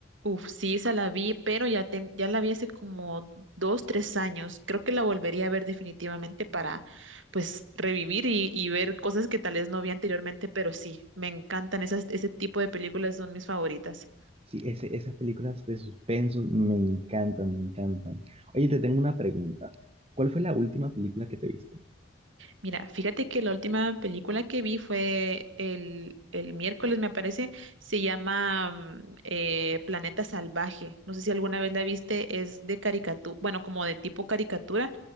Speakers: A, on the right (about 80°); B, on the right (about 30°).
A: Uf, sí, esa la vi, pero ya, ten- ya la vi hace como dos, tres años. Creo que la volvería a ver definitivamente para, pues, revivir y, y ver cosas que tal vez no vi anteriormente, pero sí, me encantan esas, ese tipo de películas, son mis favoritas.
B: Sí, ese, esas películas de suspenso me encantan, me encantan. Oye, te tengo una pregunta. ¿Cuál fue la última película que te viste?
A: Mira, fíjate que la última película que vi fue el, el miércoles, me parece, se llama mm, eh, Planeta Salvaje. No sé si alguna vez la viste, es de caricatura, bueno, como de tipo caricatura,